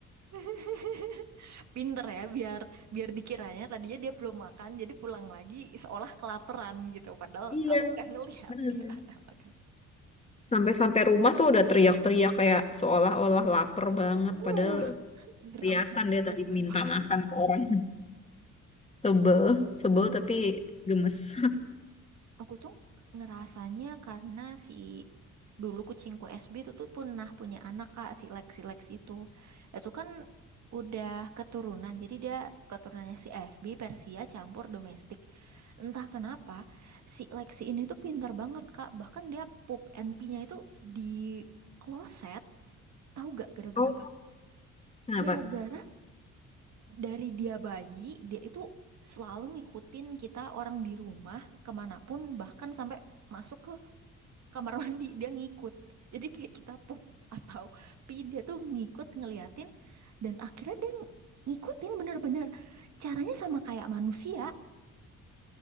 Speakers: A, on the right; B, on the left.
A: <laughs> Pinter ya biar biar dikiranya tadinya dia belum makan jadi pulang lagi seolah kelaparan gitu. Padahal
B: Iya,
A: kamu udah ngelihat
B: bener.
A: dia <laughs> ada makan.
B: Sampai-sampai rumah tuh udah teriak-teriak kayak seolah-olah lapar banget
A: Uh,
B: padahal
A: dramatis
B: kelihatan dia tadi minta
A: banget.
B: makan ke orang. Sebel, sebel
A: Aku
B: tapi gemes. <laughs>
A: aku tuh ngerasanya karena si dulu kucingku SB itu tuh pernah punya anak Kak, si Lex si Lex itu. Itu kan udah keturunan. Jadi dia keturunannya si SB Persia campur domestik. Entah kenapa si Lexi ini tuh pintar banget Kak. Bahkan dia pup and pee-nya itu di kloset. Tahu gak gara-gara
B: Oh,
A: apa?
B: kenapa?
A: Gara-gara dari dia bayi, dia itu selalu ngikutin kita orang di rumah kemanapun bahkan sampai masuk ke kamar mandi dia ngikut jadi kayak kita pup atau pi dia tuh ngikut ngeliatin dan akhirnya dia ng- ngikutin bener-bener caranya sama kayak manusia